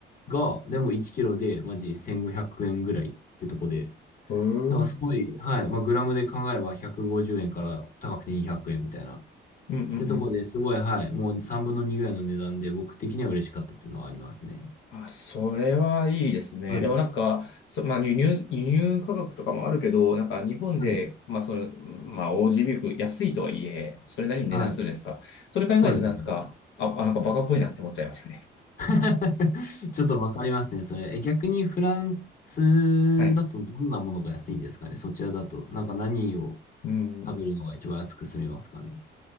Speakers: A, on the left (about 45°); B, on the left (about 80°).
A: が、でも1キロでマジ1500円ぐらいってとこで、
B: うーん。
A: なんかすごい、
B: うん
A: はい、まあグラムで考えれば150円から高くて200円みたいな。っ
B: うんうん。
A: てとこですごい、はい、もう3分の2ぐらいの値段で僕的には嬉しかったっていうのはありますね。
B: あ、それはいいですね。
A: はい、
B: でもなんか、そ、まあ、輸入、輸入価格とかもあるけど、なんか日本で、
A: はい、
B: まあその、まあオージービーフ安いとはいえ、それなりに値段するじゃないですか。
A: はい、
B: それ考えるとなんか、
A: そうですね。
B: あ、あなんかバカっぽいなって思っちゃいますね。
A: <laughs> ちょっとわかりますね、それ。え、逆にフランスだとどんなものが安いんですかね、
B: はい。
A: そちらだと。なんか何を。
B: うん。
A: 食べるのが一番安く済みますかね。